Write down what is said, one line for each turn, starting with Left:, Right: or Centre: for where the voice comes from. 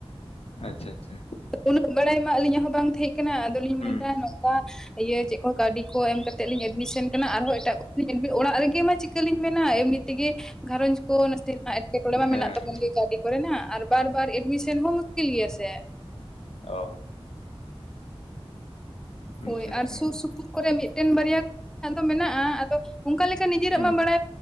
Left: ᱟᱪᱪᱷᱟ ᱟᱪᱪᱷᱟ᱾
Centre: ᱩᱱᱟᱹᱜ ᱵᱟᱲᱟᱭ ᱢᱟ ᱟᱹᱞᱤᱧᱟᱜ ᱦᱚᱸ ᱵᱟᱝ ᱛᱟᱦᱮᱸᱜ ᱠᱟᱱᱟ ᱟᱫᱚᱞᱤᱧ
Left: ᱦᱩᱸ
Centre: ᱢᱮᱱᱫᱟ
Left: ᱦᱩᱸ
Centre: ᱱᱚᱝᱠᱟ ᱤᱭᱟᱹ ᱪᱮᱫ ᱠᱚ ᱠᱟᱹᱣᱰᱤ ᱠᱚ ᱮᱢ ᱠᱟᱛᱮᱫ ᱞᱤᱧ ᱮᱰᱢᱤᱥᱮᱱ ᱠᱟᱱᱟ ᱟᱨᱦᱚᱸ ᱮᱴᱟᱜ ᱠᱚ <unintelligible> ᱚᱲᱟᱜ ᱨᱮᱜᱮ ᱢᱟ ᱪᱤ ᱪᱤᱠᱟᱹᱞᱤᱧ ᱢᱮᱱᱟ ᱮᱢᱱᱤ ᱛᱮᱜᱮ ᱜᱷᱟᱨᱚᱸᱡᱽ ᱠᱚ ᱱᱟᱥᱮᱱᱟᱜ᱾ ᱮᱴᱠᱮᱴᱚᱬᱮ
Left: ᱦᱮᱸ
Centre: ᱢᱟ ᱢᱮᱱᱟᱜ ᱛᱟᱵᱚᱱ
Left: ᱦᱮᱸ
Centre: ᱜᱮ ᱠᱟᱣᱹᱰᱤ ᱠᱚᱨᱮᱱᱟᱜ ᱟᱨ ᱵᱟᱨ ᱵᱟᱨ ᱮᱰᱢᱤᱥᱚᱱ ᱦᱚᱸ ᱢᱩᱥᱠᱤᱞ ᱜᱮᱭᱟ ᱥᱮ᱾
Left: ᱚ,
Centre: ᱦᱳᱭ
Left: ᱟᱪᱪᱷᱟ
Centre: ᱟᱨ
Left: ᱟᱪᱪᱷᱟ
Centre: ᱥᱩᱨ ᱥᱩᱯᱩᱨ ᱠᱚᱨᱮ ᱢᱤᱫᱴᱮᱱ ᱵᱟᱨᱭᱟ ᱢᱮᱱᱟᱜ ᱫᱚ ᱢᱮᱱᱟᱜ-ᱟ ᱟᱫᱚ᱾ ᱚᱱᱠᱟ ᱞᱮᱠᱟ ᱱᱤᱡᱮᱨᱟᱜ
Left: ᱦᱩᱸ
Centre: ᱢᱟ
Left: ᱦᱩᱸ
Centre: ᱵᱟᱲᱟᱭ